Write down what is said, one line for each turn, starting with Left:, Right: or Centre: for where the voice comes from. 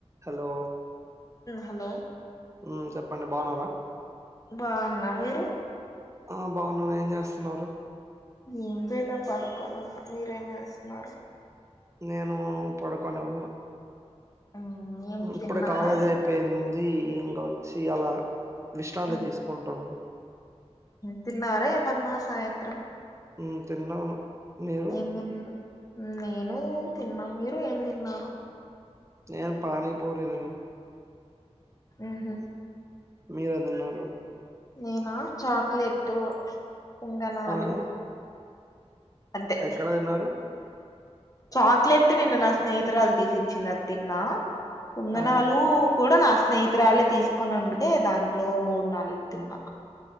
Right: Hello
Left: hello
Right: ఉ చెప్పండి బాగున్నారా
Left: బా అన్న మీరు
Right: ఆ బాగున్నాం ఏం చేస్తున్నారు
Left: ఏం చేలా పడుకోని ఉన్న మీరేం చేస్తున్నారు
Right: నేను పడుకొని ఉన్నా
Left: మ్మ్ ఏం
Right: ఇప్పుడు
Left: తిన్నారా
Right: కాలేజీ అయిపోయింది అది ఇంకా వచ్చి అలా విశ్రాంతి
Left: మ్మ్
Right: తీసుకుంటాం
Left: తిన్నారా ఏమన్నా సాయంత్రం
Right: ఊ తిన్నాను మీరు
Left: అవును నేను తిన్నా మీరు ఏం తిన్నారు
Right: నేన్ పానీపూరి తిన్నా
Left: ఆహ
Right: మీరేం తిన్నారు
Left: నేనా చాక్లెట్ పొంగనాలు
Right: ఆహా
Left: అంతే
Right: ఎక్కడ తిన్నారు
Left: చాక్లెట్ నిన్న నా స్నేహితురాలు తీసి ఇచ్చింది అది తిన్నా పొంగనాలు
Right: ఆహా
Left: కూడా నా స్నేహితురాలు తీసుకుని ఉంటే దాంట్లో మూడు నాలుగు తిన్నా